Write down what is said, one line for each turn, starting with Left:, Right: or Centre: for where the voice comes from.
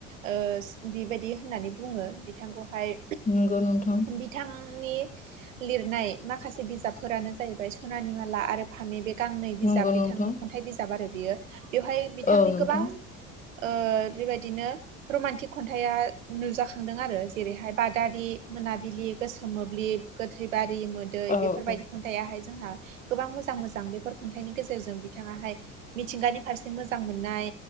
Right: ओ बेबायदि होननानै बुङो बिथांखौहाय।
Left: नंगौ नोंथां
Right: बिथांनि लिरनाय माखासे बिजाबफोरानो जाहैबाय सनानि माला आरो फामे बे गांनै बिजाब
Left: नंगौ
Right: बिथांनि
Left: नोंथां
Right: खन्थाइ बिजाब आरो बियो बेवहाय बिथांनि
Left: औ नोंथां
Right: गोबां ओ बेबायदिनो रमान्टिक खन्थाइआ नुजाखांदों आरो। जेरैहाय बादारि मोनाबिलि गोसोम मोब्लिब गोथैबारि मोदै
Left: औ
Right: बेफोरबायदि
Left: औ
Right: खन्थाइ आहाय जोंहा गोबां मोजां मोजां बेफोर खन्थाइनि गेजेरजों बिथाङाहाय मिथिंगानि फारसे मोजां मोननाय